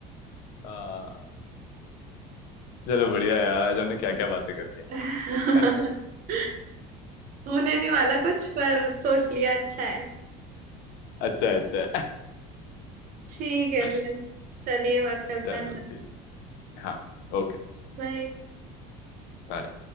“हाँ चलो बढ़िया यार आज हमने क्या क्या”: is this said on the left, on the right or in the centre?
Left